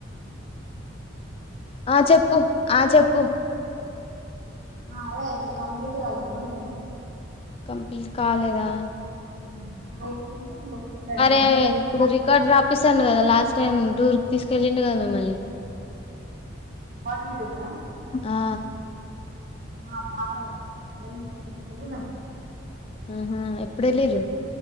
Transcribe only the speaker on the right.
ఆ అదే ఇంక కంప్లీట్ కాలదు ఉంటన్నా
ఆ ఇంగ అయిపోయినంక ఇంకో ఫ్రెండ్ అడిగినా
వాట్నీ టూడా
ఆ పాకాల వెళ్ళి చేల